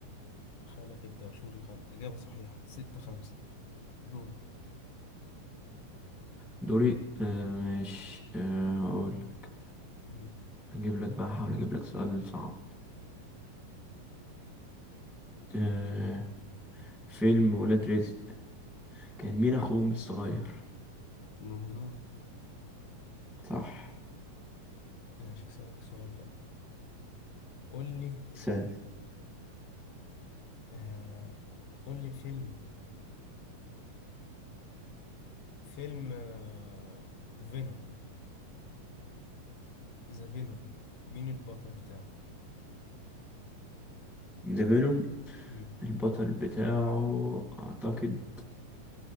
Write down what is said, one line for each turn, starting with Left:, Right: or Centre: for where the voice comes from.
Left: خلف الدهشوري خلف إجابة صحيحة ستة خمسة دورك
Centre: دوري آه ماشي آه اقول لك
Left: مم.
Centre: اجيب لك بقى احاول اجيب لك سؤال صعب آه فيلم ولاد رزق كان مين اخوهم الصغير
Left: من رمضان
Centre: صح
Left: ماشي هسألك سؤال بقى قول لي
Centre: ثاني
Left: آه قول لي فيلم فيلم آه فينوم ذا فينوم مين البطل بتاعه؟
Centre: ذا فينوم
Left: مم.
Centre: البطل بتاعه اعتقد